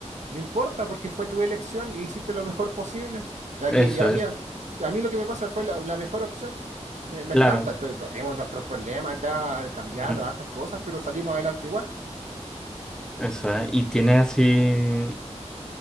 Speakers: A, on the right; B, in the centre.
A: No importa, porque fue tu elección y hiciste lo mejor posible. Aquí,
B: eso
A: y a
B: es,
A: mí, a mí lo que me pasa fue la, la mejor opción. Me, me
B: claro,
A: encanta. to- Tenemos nuestros problemas acá, cambiarnos
B: ujú,
A: hartas cosas, pero salimos adelante igual.
B: eso es. ¿Y tiene así